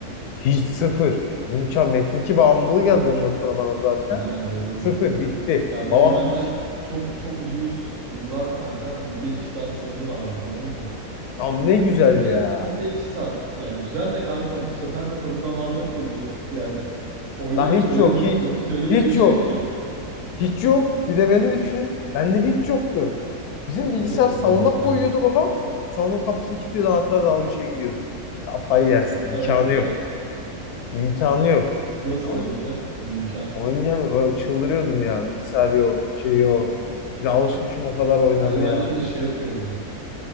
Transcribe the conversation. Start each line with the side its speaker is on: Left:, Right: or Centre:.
Left: hiç sıfır. İmkan metin bağımlılığı geldi ondan sonra bana zaten.
Right: Ha doğru.
Left: Sıfır bitti.
Right: Ya benim
Left: Babam
Right: annem
Left: hiç
Right: çok çok uzun yıllar kanka günde iki saat sınırı vardı tamam mı?
Left: Am ne güzel
Right: Günde
Left: ya.
Right: günde iki saat. Yani güzel de kanka bu sefer de tadı damağında kalıyor. Yani oynuyor
Left: La hiç
Right: öyle
Left: yok
Right: bir vak-
Left: hiç.
Right: vakit öyle
Left: Hiç
Right: bir geçiyor
Left: yok.
Right: ki.
Left: Hiç yok. Bir de beni düşün. Bende hiç yoktu. Bizim bilgisayar
Right: O da kötüymüş
Left: salona koyuyordu
Right: ya.
Left: babam. Salonun kapısını kilitliyordu. Anahtarı da al bir şey gidiyordu. Kafayı yersin.
Right: Harekete
Left: imkanı yok.
Right: bak.
Left: İmkanı yok.
Right: Nasıl
Left: Ya,
Right: oynayacağım? İmkansız.
Left: oynayamıyorum. Çıldırıyordum ya. Bilgisayar yok. Bir şey yok. Bir de alışmışım o kadar oynamaya.
Right: Ya benim annem de şey yapıyordu.